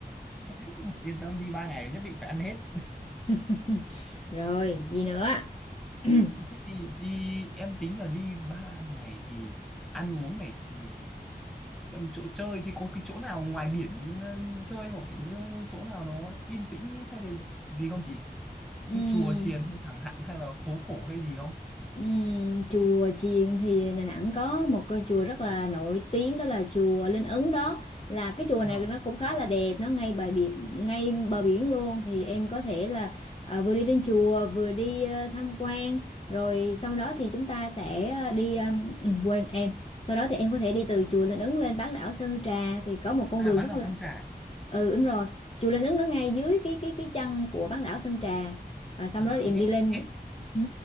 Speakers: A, in the centre; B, on the left.
A: <laughs> yên tâm đi ba ngày nhất định phải ăn hết
B: <laughs> rồi gì nữa <clears throat>
A: thế thì đi em tính là đi ba ngày thì ăn uống này thì em chỗ chơi thì có cái chỗ nào ngoài biển ờ, chơi hoặc là như chỗ nào nó yên tĩnh ý, hay là gì không chị
B: Ừm,
A: như chùa chiền hay chẳng hạn hay là phố cổ hay gì không
B: Ừm, chùa chiền thì Đà Nẵng có một cái chùa rất là nổi tiếng đó là chùa Linh Ứng đó là cái chùa này
A: Ờ.
B: nó cũng khá là đẹp nó ngay bờ biển ngay bờ biển luôn thì em có thể là à, vừa đi lên chùa vừa đi ờ, tham quan rồi sau đó thì chúng ta sẽ ờ, đi ờ, ừ, quên em sau đó thì em có thể đi từ chùa Linh Ứng lên bán đảo Sơn Trà thì có một con
A: à
B: đường
A: bán
B: rất
A: đảo
B: là
A: Sơn Trà
B: ừ đúng rồi chùa Linh Ứng nó ngay dưới cái cái cái chân của bán đảo Sơn Trà à, xong
A: à
B: đó thì em
A: nghe
B: đi lên ừ.